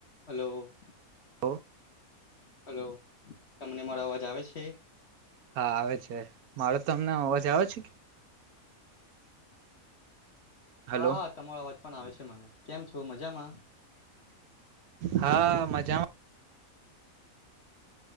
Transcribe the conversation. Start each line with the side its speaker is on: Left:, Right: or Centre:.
Left: Hello,
Right: hello
Left: hello. <unintelligible> તમને, <unintelligible> મારો અવાજ આવે છે.
Right: હા આવે છે. મારો તમને, અવાજ આવે છે. કે હલો
Left: હા, હા તમારો અવાજ પણ આવે છે મને કેમ છો. મજામાં. <unintelligible>
Right: હા, મજામાં.